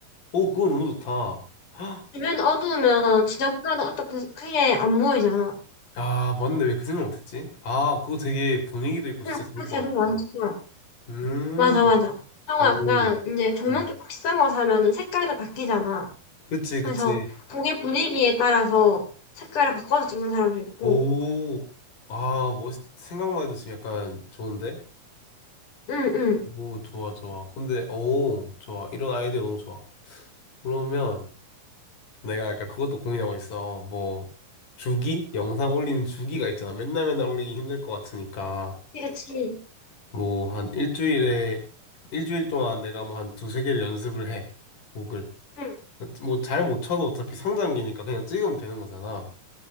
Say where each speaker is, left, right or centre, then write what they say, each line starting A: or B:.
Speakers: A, on the left; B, on the left.
A: 오, 그거 너무 좋다. 헉,
B: 주변 어두우면 지저분하다 어떻게 크게 안 보이잖아.
A: 아, 맞네. 왜 그 생각 못했지? 아, 그거 되게 분위기도 있고 진짜
B: 응,
A: 좋을
B: 그렇게
A: 것
B: 해도
A: 같아.
B: 많더라
A: 음,
B: 맞아, 맞아. 하고
A: 오,
B: 약간 이제 조명
A: 음.
B: 조금 비싼 거 사면은 색깔도 바뀌잖아.
A: 그치,
B: 그래서
A: 그치.
B: 거기 분위기에 따라서 색깔을 바꿔서 찍는 사람도 있고,
A: 오, 아, 멋있, 생각만 해도 지금 약간 좋은데?
B: 응, 응.
A: 오, 좋아, 좋아. 근데, 오, 좋아. 이런 아이디어 너무 좋아. 그러면, 내가 약간 그것도 고민하고 있어. 뭐, 주기? 영상 올리는 주기가 있잖아. 맨날 맨날 올리기 힘들 것 같으니까.
B: 그치, 지
A: 뭐, 한 일주일에, 일주일 동안 내가 뭐 한 두 세 개를 연습을 해. 곡을.
B: 응,
A: 뭐, 잘 못 쳐도 어차피 성장기니까 그냥 찍으면 되는 거잖아.